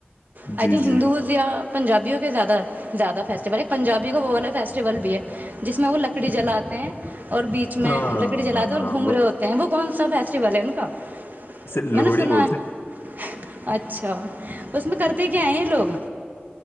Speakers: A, on the right; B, on the left.
A: آئی
B: جی
A: تھنک
B: جی
A: ہندوز یا پابی ہو کے زیادہ زیاد فیسول پنجابی کو وہ والا فیسٹیول بھی ہے جس میں وہ لکڑی جلاتے ہیں اور بیچ میں
B: ہاں
A: لکڑی جلاتے
B: ہاں
A: اور گھوم رہے ہوتے ہیں وہ کون ساسا شی والےین کا
B: ایے
A: میں
B: لوہڑی
A: نے سنا
B: بولتے
A: ہے
B: ہیں
A: اچھا توس میں کرتے گ آ ہیں ہیں لوگ